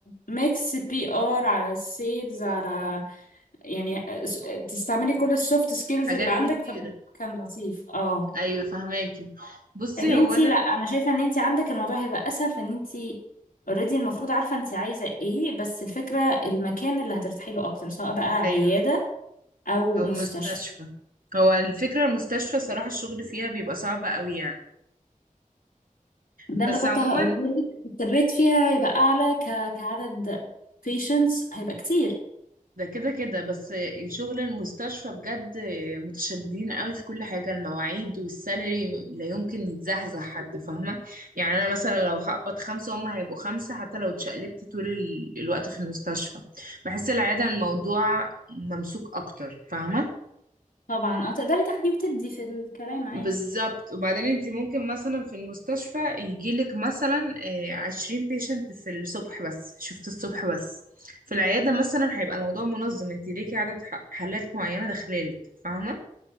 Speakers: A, on the left; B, on the right.
A: فميكس بي ار على السيلز على يعني آه، س- آه، تستعملي كل السوفت سكيلز
B: حاجات
A: اللي عندك
B: كتيرة
A: فكان لطيف اه
B: ايوه فهماكي بصي
A: لكن انتي
B: هو انا
A: لا انا شايفه ان انتي عندك الموضوع هيبقى اسهل في ان انتي اوريدي المفروض عارفه انتي عايزه ايه بس الفكره المكان اللي هترتاحي له اكتر سواء بقى عياده
B: ايوه
A: او
B: او
A: مستشفى
B: مستشفى هو الفكرة المستشفى صراحة الشغل فيها بيبقى صعب قوي يعني
A: ده
B: بس
A: اللي كنت
B: عموما
A: هقوله لك الريت فيها هيبقى اعلى ك... كعدد patients هيبقى كتير
B: ده كده كده بس شغل المستشفى بجد متشددين قوي في كل حاجة المواعيد والسالري لا يمكن يتزحزح حتى فاهمة يعني أنا مثلا لو هقبض خمسة هما هيبقوا خمسة حتى لو اتشقلبت طول ال- الوقت في المستشفى بحس العيادة الموضوع ممسوك أكتر فاهمة
A: طبعا اه تقدري تاخدي وتدي في الكلام عادي
B: بالظبط وبعدين انت ممكن مثلا في المستشفى يجيلك مثلا آه، عشرين بيشنت في الصبح بس شفت الصبح بس في العيادة مثلا هيبقى الموضوع منظم انت ليكي عدد ح- حالات معينة داخلالك فاهمة